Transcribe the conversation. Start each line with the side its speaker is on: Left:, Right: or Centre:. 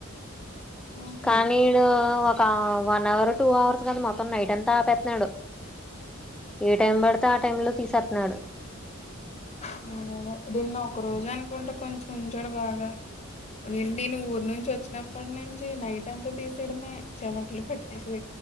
Left: ఉహు
Centre: కానీ డు ఒక వన్ అవర్ టూ అవర్స్ కదా మొత్తం నైట్ అంతా ఆపేతున్నాడు ఏ టైం పడితే ఆ టైమ్ లో తీసేతూన్నాడు
Left: ఆ రీన్నం ఒక రోజు అనుకుంటే కొంచెం ఉంచాడు బాగా ఏంటి నేను ఊరు నుంచి వచ్చినప్పటి నుంచి నైట్ అంతా తీసేయడమే చెమట్లు పెట్టేసి